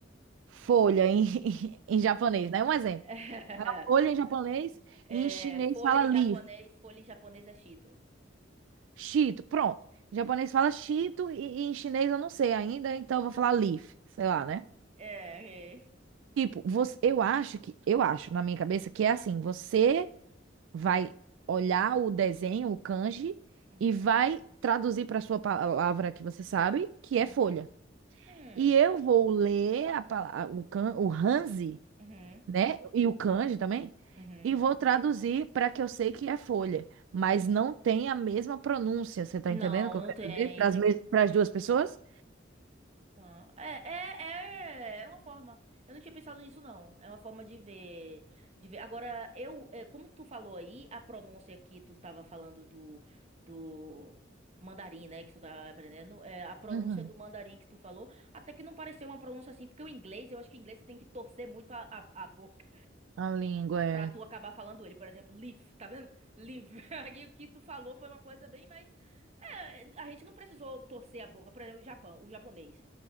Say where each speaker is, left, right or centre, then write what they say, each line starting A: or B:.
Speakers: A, on the right; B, on the right.
A: folha em, <laughs> em japonês, né? Um exemplo.
B: <laughs>
A: Fala folha em japonês
B: É,
A: e em chinês
B: folha
A: fala
B: em
A: leaf.
B: japonês, folha em japonês é Cheeto.
A: Chito pronto. Em japonês fala chito e, e em chinês eu não sei ainda, então eu vou falar Leaf, sei lá, né?
B: É, é.
A: Tipo, você, eu acho que, eu acho na minha cabeça que é assim, você vai olhar o desenho, o kanji,
B: Uhum,
A: e vai traduzir para sua palavra que você sabe, que é
B: uhum,
A: folha.
B: hum,
A: E eu vou ler a, pala- o, kan, o Hanzi
B: uhum,
A: né? E o kanji também.
B: uhum.
A: E vou traduzir para que eu sei que é folha, mas não tem a mesma pronúncia. Você tá
B: Não,
A: entendendo o que eu
B: não
A: quero
B: tem.
A: dizer? Para as duas pessoas?
B: Ah, É, é, é, é uma forma. Eu não tinha pensado nisso, não. É uma forma de ver, de ver. Agora, eu, é, como tu falou aí, a pronúncia que tu tava falando do, do mandarim, né, que tu tá aprendendo, é, a pronúncia
A: Uhum.
B: do mandarim que tu falou, até que não pareceu uma pronúncia assim, porque o inglês, eu acho que o inglês você tem que torcer muito a, a, a boca
A: A língua é.
B: Pra tu acabar falando ele, por exemplo, live, tá vendo? Live. <laughs> Aí o que tu falou foi uma coisa bem mais. É, a gente não precisou torcer a boca. Por exemplo, o Japão, o japonês.